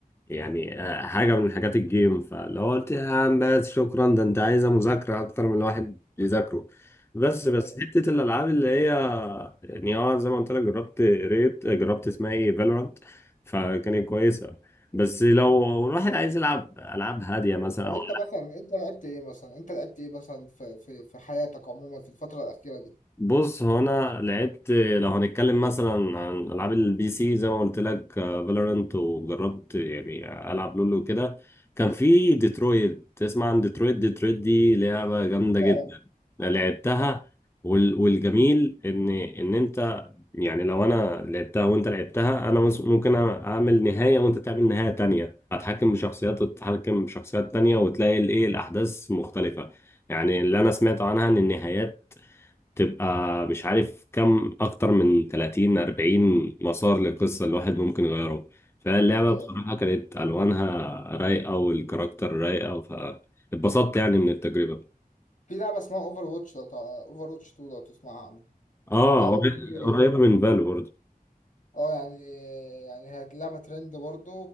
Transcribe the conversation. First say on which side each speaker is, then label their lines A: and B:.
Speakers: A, on the left; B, on the left.
A: يعني آه، حاجة من حاجات الجيم فلو قلت يا عم بس شكرا ده انت عايزة مذاكرة أكتر من الواحد يذاكره بس
B: ده
A: بس
B: حقيقة
A: حتة الألعاب اللي هي يعني اه زي ما قلت لك جربت ريت جربت اسمها ايه فالورانت فكانت كويسة بس لو الواحد عايز يلعب ألعاب هادية مثلا
B: طب
A: أو
B: انت مثلا انت لعبت ايه مثلا انت لعبت ايه مثلا في في في حياتك عموما في الفترة الأخيرة دي
A: بص هو انا لعبت لو هنتكلم مثلا عن العاب البي سي زي ما قلت لك فالورانت وجربت يعني العب لولو وكده كان في ديترويت تسمع عن ديترويت ديترويت دي لعبه جامده
B: اه
A: جدا
B: اه
A: لعبتها
B: آه،
A: وال- والجميل ان ان انت يعني لو انا لعبتها وانت لعبتها انا مس- ممكن اعمل نهايه وانت تعمل نهايه تانية اتحكم بشخصيات وتتحكم بشخصيات تانية وتلاقي الايه الاحداث مختلفه يعني اللي انا سمعته عنها ان النهايات تبقى مش عارف كم اكتر من 30 40 مسار للقصه الواحد ممكن يغيره فاللعبه
B: ايوه
A: بصراحه كانت الوانها رايقه والكاركتر رايقه فاتبسطت يعني من التجربه
B: في لعبة اسمها اوفر واتش لو اوفر واتش 2 لو تسمعها عنها
A: اه
B: لعبة بيجي
A: قري- قريبه من فالو
B: اه يعني يعني هي لعبة ترند برضو